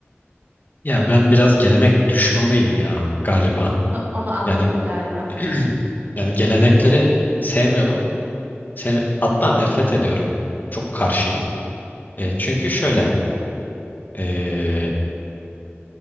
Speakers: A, on the left; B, on the right.
A: Ya ben biraz gelenek düşmanıyım ya galiba.
B: Bunu- onu anladım
A: Yani
B: galiba.
A: <clears throat> Yani gelenekleri sevmiyorum. Sev- hatta nefret ediyorum. Çok karşıyım. E, çünkü şöyle e,